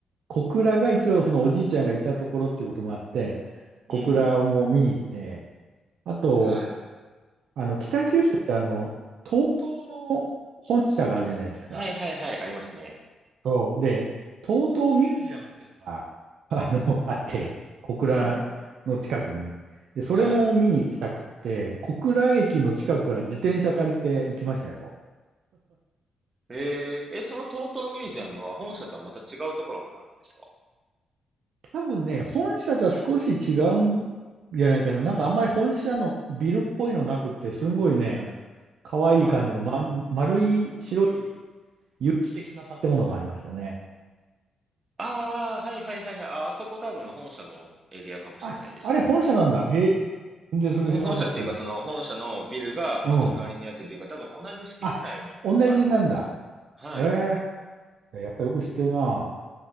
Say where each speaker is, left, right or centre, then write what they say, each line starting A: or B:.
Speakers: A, on the right; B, on the right.
A: 小倉が一応そのおじいちゃんがいたところっていうこともあって、小倉をもう見に行って、
B: うん。
A: あと、
B: はい。
A: あの、北九州ってあの、TOTO の本社があるじゃないですか。
B: はいはいはい、ありますね。
A: そう。で、TOTO ミュージアムっていうのが、<laughs> あの、あって、小倉の近くに。
B: うん。
A: で、それも見に行きたくって、
B: はい。
A: 小倉駅の近くから自転車借りて行きましたよ。
B: えー、え、その TOTO ミュージアムは本社とはまた違うところにあるんですか
A: 多分ね、本社とは少し違うんじゃないかな。なんかあんまり本社のビルっぽいのなくって、すんごいね、可愛い感じの、
B: はい。
A: ま、丸い白い有機的な建物がありましたね。
B: ああ、はいはいはいはい。あ、あそこ多分本社のエリアかもしれないですね。
A: あ、あれ本社なんだ。へえ、全然それ知らなくって。
B: 本本社っていうか、その本社のビルが、まあ、
A: うん。
B: 隣にあってというか、多分同じ敷地内にあると思うんですよね。
A: あ、同じなんだ。
B: はい。
A: ええ、やっぱよく知ってるな。